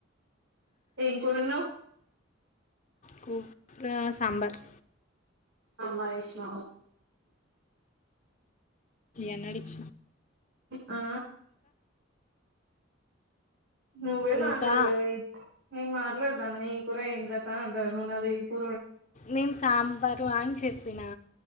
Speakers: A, on the right (about 75°); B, on the left (about 40°).
A: ఏం కూర వొండినవ్
B: కు సాంబార్
A: అమ్మ విష్ణ
B: ఎన అడిచ
A: ఆ నువ్వే
B: ఇంకా
A: మాట్లాడలీ నేన్ మాట్లాడ బన్నీ కుర ఎం కాత ఉంట నున్న అది పు
B: నేను సాంబారు అని చెప్పినా